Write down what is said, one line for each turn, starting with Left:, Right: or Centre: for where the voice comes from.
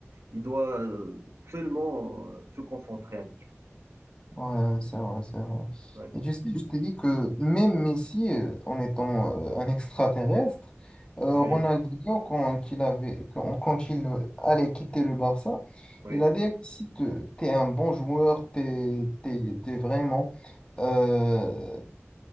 Right: il doit euh, seulement euh, se concentrer un petit
Left: Ouais, c'est vrai, c'est vrai.
Right: peu. Oui,
Left: Et tu sais, je t'ai dit que même Messi, euh, en étant euh, un extraterrestre, euh,
Right: <laughs>
Left: Ronaldinho, quand, qu'il avait, quand, quand il allait quitter le Barça,
Right: oui,
Left: il
Right: oui.
Left: a dit, si te- t'es un bon joueur, t'es, t'es, t'es vraiment, euh,
Right: oui.